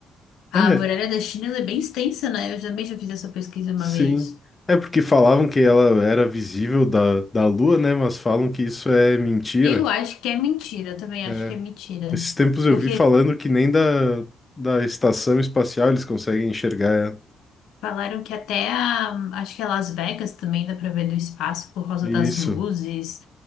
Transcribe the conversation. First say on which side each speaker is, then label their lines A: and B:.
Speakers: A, on the left; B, on the left.
A: A
B: É,
A: muralha da China, ela é bem extensa, né? Eu também já fiz essa pesquisa uma
B: Sim.
A: vez.
B: É porque falavam que ela era visível da, da Lua, né? Mas falam que isso é mentira.
A: Eu acho que é mentira, eu também
B: É,
A: acho que é mentira.
B: Esses tempos eu
A: Porque
B: vi falando que nem da, da estação espacial eles conseguem enxergar ela.
A: falaram que até a, acho que é Las Vegas também dá pra ver do espaço por causa
B: isso.
A: das luzes.